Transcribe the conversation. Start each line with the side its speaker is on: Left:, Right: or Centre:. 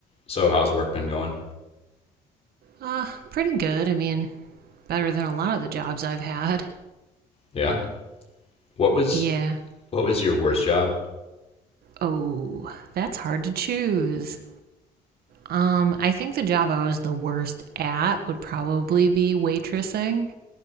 Left: So how's work been going?
Right: Uh, pretty good. I mean, better than a lot of the jobs I've had.
Left: Yeah. What was
Right: Yeah.
Left: what was your worst job?
Right: Oh, that's hard to choose. Um, I think the job I was the worst at would probably be waitressing.